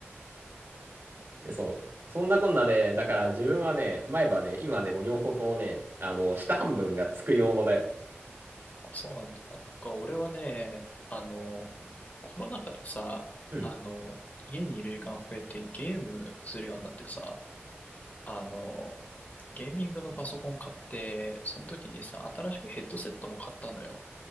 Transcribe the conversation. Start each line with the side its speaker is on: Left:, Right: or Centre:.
Right: でそう。そんなこんなで、だから自分はね、前歯ね、今でも両方ともね、あの、下半分が作り物だよ。
Left: そうなんだ。なんか俺はね、あの、コロナ禍でさ、
Right: うん。
Left: あの、家にいる時間増えてゲームするようになってさ、あの、ゲーミングのパソコンを買って、その時にさ、新しくヘッドセットも買ったのよ。